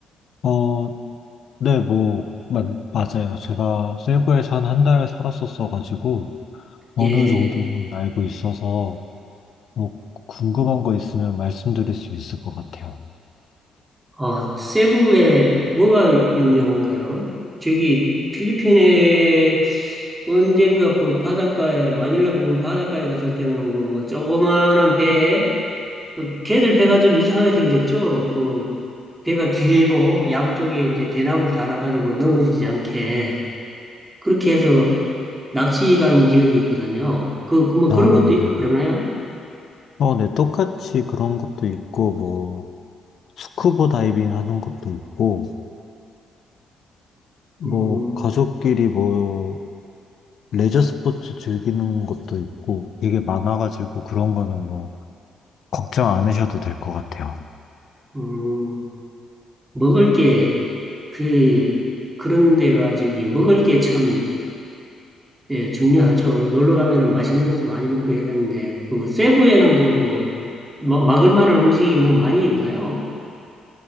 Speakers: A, on the left; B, on the right.
A: 어, 네, 뭐, 마, 맞아요. 제가 세부에서 한 한 달 살았었어가지고, 어느
B: 예.
A: 정도는 알고 있어서, 뭐, 궁금한 거 있으면 말씀드릴 수 있을 것 같아요.
B: 아, 세부에 뭐가 유명한가요? 저기 필리핀에 언젠가 그 바닷가에 마닐라 부근 바닷가에 갔을 때는 그뭐 조그만한 배에 그 걔들 배가 좀 이상하게 생겼죠. 뭐 배가 길고 양쪽에 이제 대나무 달아가지고 넘어지지 않게 그렇게 해서 낚시 간 지역이 있거든요. 그 뭐
A: 아,
B: 그런 것도 있고
A: 네네.
B: 그러나요?
A: 어, 네, 똑같이 그런 것도 있고, 뭐, 스쿠버 다이빙 하는 것도 있고, 뭐,
B: 음,
A: 가족끼리 뭐, 레저 스포츠 즐기는 것도 있고, 되게 많아가지고 그런 거는 뭐, 걱정 안 하셔도 될 것 같아요.
B: 음. 먹을 게, 그, 그런 데가 저기, 먹을 게 참, 예, 중요하죠. 놀러 가면은 맛있는 것도 많이 먹고 해야 되는데, 그, 세부에는 그 뭐, 마- 막을 만한 음식이 뭐 많이 있나요?